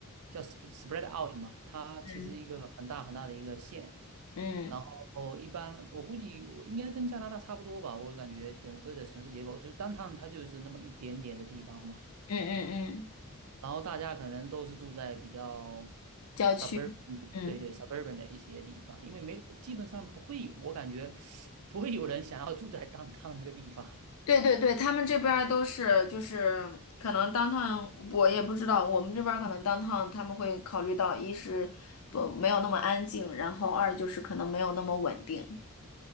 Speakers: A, on the right; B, on the left.
A: 叫 sp- spread out 嘛，它其实一个很大很大的一个县。
B: 嗯嗯
A: 然后一般我估计我应该跟加拿大差不多吧，我感觉整个的城市结构就是当趟它就是那么一点点的地方嘛。
B: 嗯嗯嗯，
A: 然后大家可能都是住在比较
B: 郊区。
A: suburban，
B: 嗯，
A: 对对 suburban 的一些地方，因为没基本上不会有，我感觉不会有人想要住在 <laughs> downtown 那个地方，
B: 对对对，他们这边儿都是就是可能当趟我也不知道，我们这边儿可能当趟他们会考虑到一是不没有那么安静，然后二就是可能没有那么稳定。